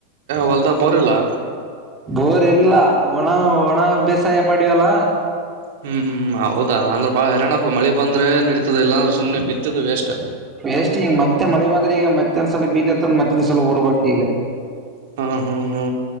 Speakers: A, on the right; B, on the right.
A: ಹೊಲದಾಗಬೋರ ಇಲ್ಲಾ.
B: ಬೋರ್ ಇಲ್ಲ ಒಣ ಒಣ ಬೇಸಾಯ ಮಾಡಿವಲ್ಲ.
A: ಹ್ಮ್ ಹ್ಮ್ ಹೌದ ಅಂದ್ರೆ ಬಾಳ ಹೈರಣ್ಣಪ್ಪ ಮಳಿ ಬಂದ್ರೆ ನಡಿತದ ಇಲ್ಲಾಂದ್ರೆ ಸುಮ್ನೆ ಬಿತ್ತಿದ ವೆಸ್ಟ್.
B: ವೇಸ್ಟ್ ಈಗ ಮತ್ತೆ ಮಳ ಬಂದ್ರ ಈಗ ಮತ್ತೊಂದ್ಸಲ ಬೀತತ್ತಂದ ಮತ್ತೊಂದ ಸಲ ಬೀಜ ಉರ್ಬೆಕ್ ಈಗ.
A: ಹಾ ಹಾ ಹಾ